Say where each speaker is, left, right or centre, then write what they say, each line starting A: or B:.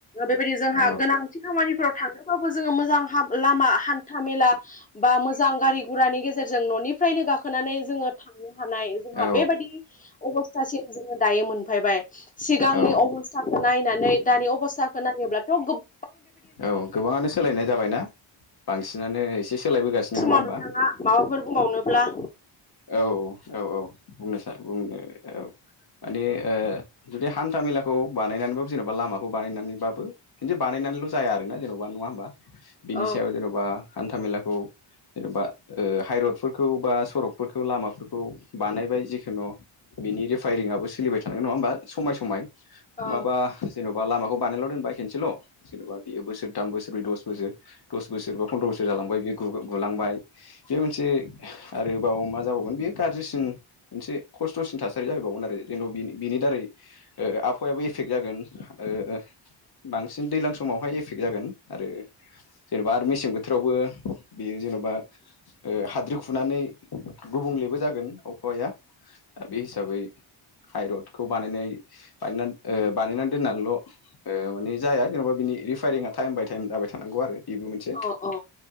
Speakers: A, on the left; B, on the left.
A: बेबायदि जोंहा
B: औ
A: गोनांथि खामानिफोराव थांनोबाबो जोङो मोजां लामा हान्था मेला बा मोजां गारि गुरानि गेजेरजों न'निफ्रायनो गाख खोनानै जोङो थांनो हानाय जोंहा
B: औ
A: बेबायादि अबस्थासिम जोङो दायो मोनफैबाय सिगांनि
B: औ
A: अबस्थाखौ नायनानै दानि अबस्थाखौ नायोब्लाथ' गोब
B: औ गोबाङानो सोलायनाय जाबायना बांसिनानो एसे सोलायबोगासिनो नङा
A: समाव
B: होमबा
A: नोंथाङा माबाफोर बुंबावनोब्ला
B: औ औ औ बुंनोसान बुंनो औ। मानि ओ जुदि हान्था मेलाखौ बानायनानैबो जेनेबा लामाखौ बानायनानैबाबो बानाय नानैल' जाया आरो ना जेनबा नङा होमबा? बिनि
A: औ
B: सायाव जेन'बा हान्थाामेलाखौ जेन'बा ओ हाइरडफोरखौ बा सरक फोरखौ लामाफोरखौ बानायबाय जिखुनु बिनि रिफाय‌रिं आबो सोलिबाय थानोन नङा होमबा? समाय समाय नङाबा
A: औ
B: जेन'बा बा लामाखौ बानायल' दोनबाय खेनसेल' जेन'बा बेयो बोसोरथाम बोसोरब्रै दस बोसोर दस बोसोर बा फन्द्र' बोसोर जालांबाय बे गुलांबाय बे मोनसे आरो गा जाबावगोन बियो गारजिसिन मोनसे खष्टसिन थासारि जाहैबावगोन आरो जेन बिनि दारै आबहावायाबो इफेक्ट जागोन ओ ओ। बांसिन दैलां समावहाय एफेक्ट जागोन आरो जेन'बा आरो मेसें बोथोरावबो बेयो जेन'बा ओ हाद्रि खुनानै गुबुंलेबो जागोन अखया दा बे हिसाबै हाइरडखौ बानायनाय बानायनान ओ बानायनानै दोननानैल' ओ माने जाया जेन'बा बिनि रिफायरिंआ थाइम बाय थाइम जाबाय थानांगौ आरो बिबो मोनसे
A: औ औ